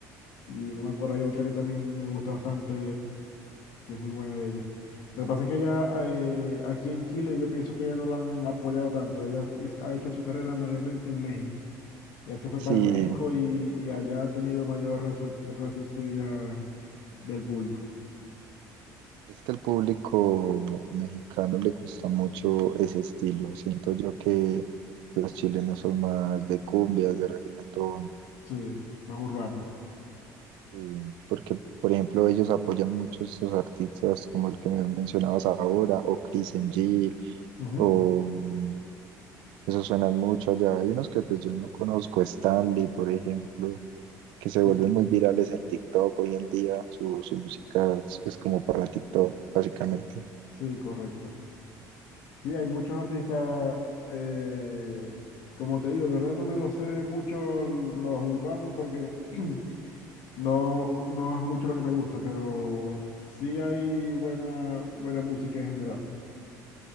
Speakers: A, on the left (about 75°); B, on the right (about 75°).
A: y no me acuerdo, hay otra que también me gusta bastante. que es muy buena de ella. Lo que pasa es que ella eh, aquí en Chile yo pienso que ella no la han apoyado tanto. Ella es- ha hecho su carrera mayormente en México. Ya se fue
B: Sí,
A: para México y, y allá ha tenido mayor recep- receptividad del público.
B: es que al público mexicano le gusta mucho ese estilo. Siento yo que los chilenos son más de cumbias, de reggaetón.
A: Sí, más urbano.
B: Y porque, por ejemplo, ellos apoyan mucho a estos artistas como el que me mencionabas ahora, o Chris MG,
A: Ujú.
B: o esos suenan mucho allá. Hay unos que pues yo no conozco, Stanley, por ejemplo, que se
A: Sí,
B: vuelven muy virales en TikTok hoy en día. Su, su música es, es como para TikTok, básicamente.
A: sí, correcto. Sí, hay muchos artistas, eh, como te digo, de verdad no me lo sé mucho los urbanos porque <clears throat> No, no es mucho lo que me gusta, pero sí hay buena, buena música en general.